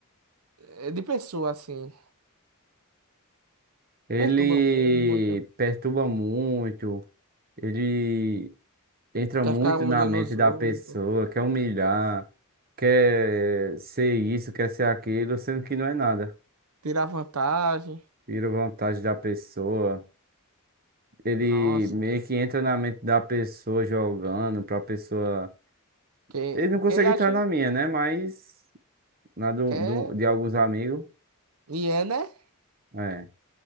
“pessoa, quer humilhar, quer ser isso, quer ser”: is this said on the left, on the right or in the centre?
Right